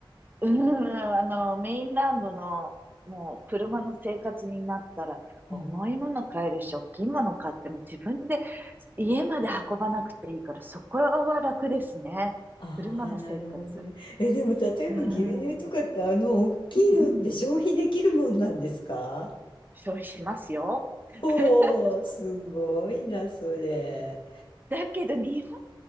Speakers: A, on the right; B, on the left.
A: うーん、あの、メインランドの、もう、車の生活になったら、
B: う。
A: 重いもの買えるし、
B: うん。
A: 大きいもの買っても自分で家まで運ばなくていいから、そこは楽ですね。
B: ああ、
A: 車の生活。
B: なるほどね。え、でも例えば牛乳とかってあの大きいのって消費できるもんなんですか
A: うーん、うんうん、消費しますよ。<laughs>
B: おー、すごいな、それ。
A: だけど、日本、